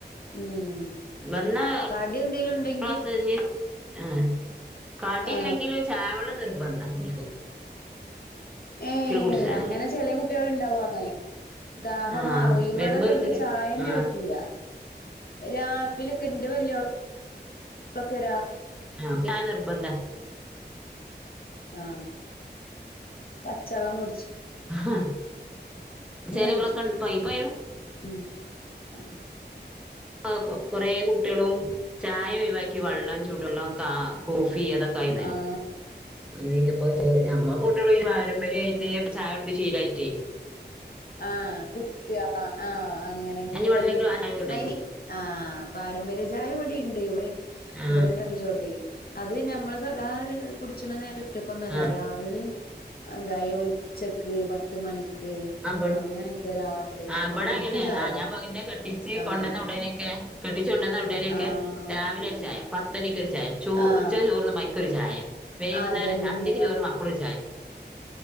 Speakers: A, on the left; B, in the centre.
A: ഉം
B: ബന്നോ
A: കടി എന്തേലും ഉണ്ടോയ്
B: <unintelligible> ആഹ് കടില്ലെങ്കില്
A: ആ
B: ചായവള്ളം നിർബന്ധ ഓൽക്ക്‌
A: ഏഹ്
B: കുടിച്ചാന്
A: അങ്ങനെ ചെല കുട്ട്യള് ഉണ്ടാവു അങ്ങനെ ദാഹം
B: ആ
A: മാറു ഇവിടല്ലോൽക്ക്
B: വരുമ്പോ ഒര്
A: ചായന്നേ
B: ആ
A: പറ്റൂല രാവിലക്കെന്റെ വല്ല്യോൾ ളക്കരാ
B: ആഹ് ചായ നിർബന്ധ
A: ആ പച്ചള്ളം കുടിച്ചി
B: ആഹ് ചേരുവകളൊക്കെ
A: കുടിച്ചു
B: ഇ പൈ പൈ
A: ഉം ആഹ്
B: ആഹ് പ്പൊ കൊറെ കുട്ട്യേളും ചായ ഒയിവാക്കി വള്ളം ചൂട് വള്ളം കാ കോഫി അതൊക്കെ ആയിന്നേന്
A: ആഹ്
B: അങ്ങനെയൊക്കെപ്പോൾ ചേ നമ്മ കൂട്ടികയ്യി പാരമ്പര്യായിട്ടേ ചായടുച്ചി ശീലയിട്ടേ
A: ആഹ് കുട്ട്യ ആഹ് അങ്ങനിങ്ങനെ
B: ഞാൻ ഇനി വെള്ളെങ്കിലും
A: വലിയോല്
B: ആ ചായ ഉണ്ടാക്കി
A: അയിന്
B: വെച്ചു.
A: ആഹ് പാരമ്പര്യ ചായ ഇവിടെ ഇണ്ട് ഇവെ
B: ആ
A: ഇവിടെ ഇന്നേട്ടിച്ചോട്ത്തേ അത് നമ്മള് സ്വാകാര കുടിച്ച്ണ നേരറ്റക്കൊന്നല്ല
B: ആ
A: രാവിലിം അഅ് എന്തായി ഓൽക്ക് ഉച്ചക്ക് പത്ത് മണിക്ക്
B: ആഹ്
A: അങ്ങനെയൊക്കെ രാത്രി
B: ഇബടെ
A: അങ്ങനെയൊക്കെ
B: അങ്ങനെ
A: ചായ
B: ആഹ്
A: വേണം
B: ഞാൻ ഇപ്പ ഇന്നേ കെട്ടിച്ച്
A: ആഹ്
B: കൊണ്ടന്ന് ഉടനെ ക്കെ കെട്ടിച്ചുകൊണ്ടന്ന ഉടനേക്കെ
A: ആഹ്
B: രാവിലെ ഒരു ചായ പത്തണിക്ക്‌ ഒരു ചായ ചോ
A: ആഹ്
B: ഉച്ചക്ക്‌ ചോർന്ന് ചോർന്ന് മ്പോ അയ് ക്ക ഒരു ചായ വൈകുന്നേരം
A: അതന്നെ
B: അന്തിക്ക് ചോറുന്നുമ്പോ അപ്പളൊരു ചായ